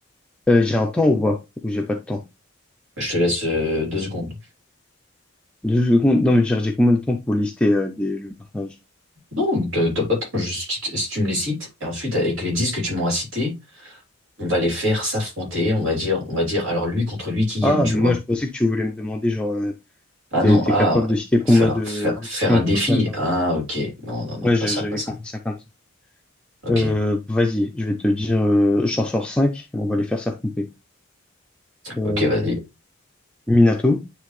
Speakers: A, in the centre; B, on the right.
A: Euh, j'ai un temps ou pas? Ou j'ai pas de temps?
B: Je te laisse euh, deux secondes.
A: Deux secondes. Non, mais j'ai j'ai combien de temps pour lister euh, des, le personnage?
B: Non, t'as t'as pas trop. Juste, si tu si tu me les cites, et ensuite, avec les dix que tu m'as cités, on va les faire s'affronter. On va dire, on va dire, alors lui contre lui qui gagne,
A: Ah,
B: tu
A: mais
B: vois?
A: moi, je pensais que tu voulais me demander, genre, euh,
B: Ah
A: si
B: non,
A: t'es t'es
B: ah,
A: capable de citer combien
B: faire,
A: de,
B: faire, faire
A: combien
B: un défi.
A: de personnages Naruto?
B: Ah, ok. Non, non, non,
A: Ouais,
B: pas
A: j'ai-
B: ça,
A: j'avais
B: pas ça.
A: compris ça comme ça.
B: Ok,
A: Euh, vas-y, je vais te dire, euh, j'en sors 5, on va les faire s'affronter. Euh,
B: ok, vas-y.
A: Minato,